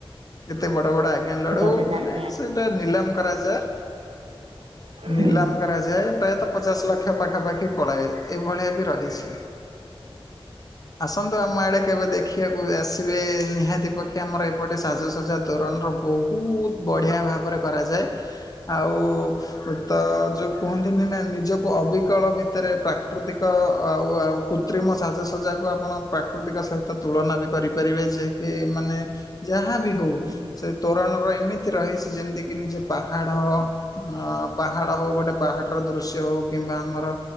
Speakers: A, on the left (about 40°); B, on the right (about 70°).
A: କେତେ ବଡ଼ ବଡ଼ ଆଜ୍ଞା ଲଡୁ
B: ଭଲରେ ନା
A: ମାନେ
B: ଜାଣିନି
A: ସେ ଇଟା ନିଲାମ କରାଯାଏ, ନିଲାମ
B: ହୁଁ
A: କରାଯାଏ ପ୍ରାୟତଃ ପଚାଶ ଲକ୍ଷ ପାଖାପାଖି ପଳାଏ, ଏଇଭଳିଆ ବି ରହିଛି। ଆସନ୍ତୁ ଆମ ଆଡେ କେବେ ଦେଖି ଦେଖିଆକୁ ଆସିବେ ନିହାତି ପକ୍ଷେ ଆମର ଏପଟେ ସାଜସଜ୍ଜା ତୋରଣର ବହୁତ ବଢ଼ିଆ ଭାବରେ କରାଯାଏ ଆଉ ତ ଯୋଉ ଦିନେ ନା ନିଜକୁ ଅବିକଳ ଭିତରେ ପ୍ରାକୃତିକ ଆଉ ଆଉ କୃତ୍ରିମ ସାଜସଜ୍ଜାକୁ ଆପଣ ପ୍ରାକୃତିକ ସହିତ ତୁଳନା ବି କରିପାରିବେ, ଯେ କିି ଏହି ମାନେ ଯାହା ବି ହଉ,
B: ହୁଁ
A: ସେ ତୋରଣର ଏମିତି ରହିଛି ଯେମତିକି ନିଜେ ପାହାଡ, ଆ ପାହାଡ ହଉ ଗୋଟେ ପାହାଡ଼ର ଦୃଶ୍ୟ ହଉ କିମ୍ବା ଆମର